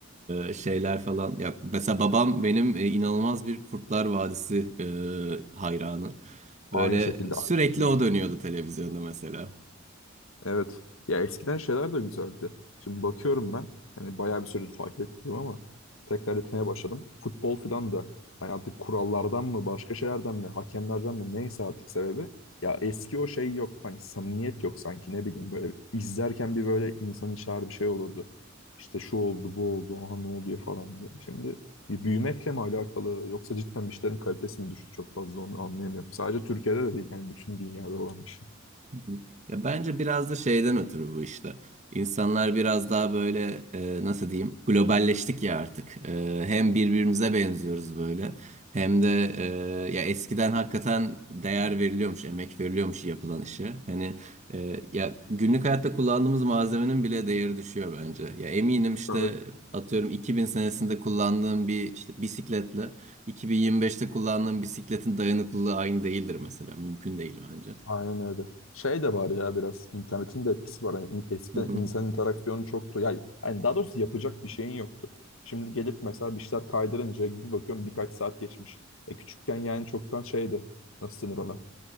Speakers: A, on the right; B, on the left.
A: Ee, şeyler falan. Ya mesela babam benim e, inanılmaz bir Kurtlar Vadisi e, hayranı. Böyle
B: Aynı şekilde
A: sürekli
B: aynı şekilde.
A: o dönüyordu televizyonda mesela.
B: Evet. Ya eskiden şeyler de güzeldi. Şimdi bakıyorum ben. Yani bayağı bir süredir takip ettim ama tekrar etmeye başladım. Futbol filan da hani artık kurallardan mı başka şeylerden mi hakemlerden mi neyse artık sebebi. Ya eski o şey yok. Hani samimiyet yok sanki ne bileyim böyle izlerken bir böyle insan içer bir şey olurdu. İşte şu oldu bu oldu aha ne oluyor falan diye. Şimdi bir büyümekle mi alakalı yoksa cidden bir şeylerin kalitesi mi düştü çok fazla onu anlayamıyorum. Sadece Türkiye'de de değil yani bütün dünyada olan bir şey.
A: Hı hı. Ya bence biraz da şeyden ötürü bu işte. İnsanlar biraz daha böyle e, nasıl diyeyim globalleştik ya artık. E, hem birbirimize benziyoruz böyle hem de e, ya eskiden hakikaten değer veriliyormuş, emek veriliyormuş yapılan işe. Hani e, ya günlük hayatta kullandığımız malzemenin bile değeri düşüyor bence. Ya eminim işte
B: Tabii.
A: atıyorum 2000 senesinde kullandığım bir işte bisikletle 2025'te kullandığım bisikletin dayanıklılığı aynı değildir mesela. Mümkün değil bence.
B: Aynen öyle. Şey de var ya biraz internetin de etkisi var. Hani in- eskiden
A: Hı hı.
B: insan interaksiyonu çoktu. Yani, yani daha doğrusu yapacak bir şeyin yoktu. Şimdi gelip mesela bir şeyler kaydırınca bir bakıyorum birkaç saat geçmiş. E küçükken yani çoktan şeydi. Nasıl denir ona?